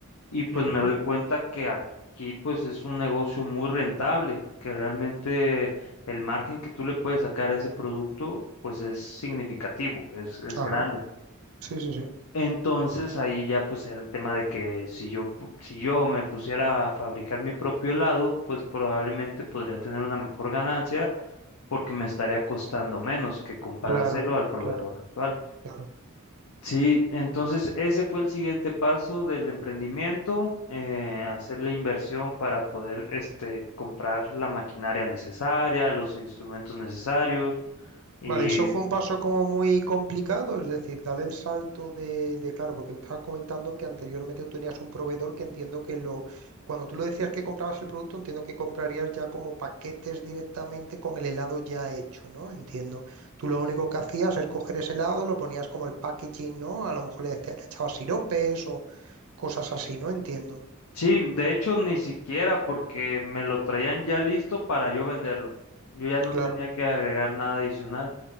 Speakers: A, on the left (about 75°); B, on the right (about 80°).
A: y pues
B: Ujú.
A: me doy cuenta que aquí pues es un negocio muy rentable, que realmente el margen que tú le puedes sacar a ese producto pues es significativo, es, es
B: Ajá,
A: grande.
B: sí, sí, sí.
A: Entonces ahí ya pues era el tema de que si yo pu- si yo me pusiera a fabricar mi propio helado, pues probablemente podría tener una mejor ganancia porque me estaría costando menos que comprárselo
B: Claro,
A: al proveedor
B: claro,
A: actual.
B: claro.
A: Sí, entonces ese fue el siguiente paso del emprendimiento, eh, hacer la inversión para poder este comprar la maquinaria necesaria, los instrumentos necesarios y
B: Vale, eso fue un paso como muy complicado, es decir, darle el salto de, de- claro, porque me estabas comentando que anteriormente tú tenías un proveedor que entiendo que lo, cuando tú lo decías que comprabas el producto, entiendo que comprarías ya como paquetes directamente con el helado ya hecho, ¿no? Entiendo. Tú lo único que hacías es coger ese helado, lo ponías como el packaging, ¿no? A lo mejor le, decías- le echabas siropes o cosas así, ¿no? Entiendo.
A: Sí, de hecho ni siquiera porque me lo traían ya listo para yo venderlo. Yo ya no
B: Claro,
A: tenía que agregar nada adicional.